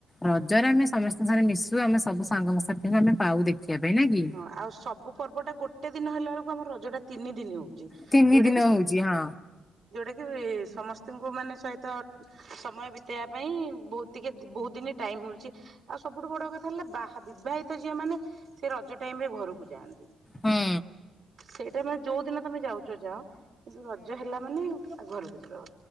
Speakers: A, on the left (about 15°); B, on the right (about 65°).
A: ରଜରେ ଆମେ ସମସ୍ତଙ୍କ ସାଙ୍ଗରେ ମିଶୁ ଆମେ ସବୁ ସାଙ୍ଗ ସାଥିଙ୍କୁ ଆମେ ପାଉ ଦେଖିବା ପାଇଁ ନାଇକି।
B: ହଁ ଆଉ ସବୁ ପର୍ବଟା ଗୋଟେ ଦିନ ହେଲା ବେଳକୁ ଆମର ରଜଟା ତିନି ଦିନ ହଉ ଛି
A: ତିନି
B: ଯୋଉଟା
A: ଦିନ
B: କି
A: ହଉଛି ହଁ
B: ଯୋଉଟା କି ସମସ୍ତଙ୍କୁ ମାନେ ସହିତ ସମୟ ବିତେଇବା ପାଇଁ ବହୁତ ଟିକେ ବହୁତ ଦିନ ଟାଇମ ମିଳୁଛି। ଆଉ ସବୁଠୁ ବଡ କଥା ହେଲା ବାହା ବିବାହିତ ଝିଅ ମାନେ ସେ ରଜ ଟାଇମ ରେ ଘରକୁ ଯାଆନ୍ତି।
A: ହୁଁ
B: ସେଇଟା ମାନେ ଯୋଉ ଦିନ ତମେ ଯାଉଛ ଯାଅ କିନ୍ତ ରଜ ହେଲା ମାନେ ଘରକୁ ଯିବା